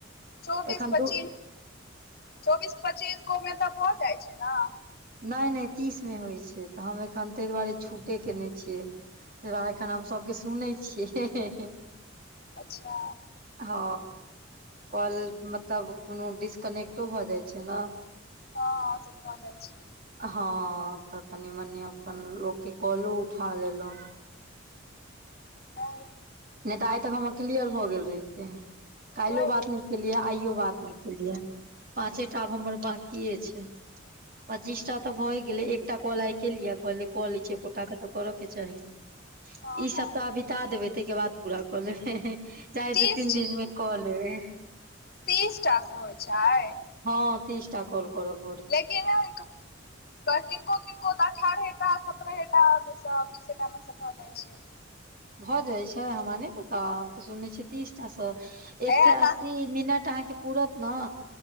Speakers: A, on the left; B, on the right.
A: चौबीस
B: एखन
A: पच्चीस
B: दू-
A: चौबीस पच्चीस गो मे तऽ भऽ जाय छै न?
B: नैय- नैय तीस मे होय छै तऽ हम एखन तैय दुआरे छूटे केने छियै। तैय दुआरे एखन हम सबके सुनै छियै हं- हं-हं।
A: अच्छा
B: हँ काॅल मतलब कोनो डिसकनेक्ट। तो भऽ जाय छै नऽ।
A: हँ हँ ओ सब भऽ जाय छै।
B: हँ तऽ कनि -मनि अपन लोक के कॉलो उठा लेलौ।
A: हँ
B: नै तऽ आय तक हमर क्लियर भऽ गेल रहितेै कैल्हो
A: बढ़
B: बात नै। केलियै आइयो बात नै केलियै पाँचेटा आब हमर बाकिेये छै।
A: ह
B: पच्चीसटा तऽ भए गेलै एकटा कॉल आय केलियै कहलियै कअ लै छी एकोटा के तऽ करऽ के चाही।
A: हँ
B: ई सप्ताह
A: हँ
B: बिता देबेै तैयके बाद पूरा कऽ लेबेै है चाहे
A: तीस
B: दू तीन दिन मे- क लेबै।
A: तीसटा स हौय छाय।
B: हँ तीस टा कॉल करब।
A: लेकिन ने क किनको - किनको तऽ अठारहेटा, सत्रहेटामे सँ बीसेटा मे सँ भऽ जाइ छै।
B: भऽ जाइ छै, हमरा नै पता हम तऽ सुनै छियै तीसटा स, एक
A: इएह
B: से अस्सी
A: तऽ
B: मिनट अहाँके पूरत न